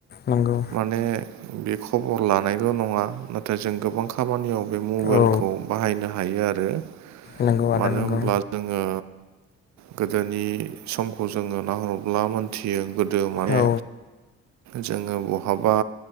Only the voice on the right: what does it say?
माने बे खबर लानाय- ल' नङा नाथाय जों गोबां खामानियाव बे मबाइलखौ
बाहायनो हायो आरो।
मानो
होमब्ला जोङो गोदोनि समखौ जोङो नाहरब्ला मिथियो गोदो माने
जोङो बहाबा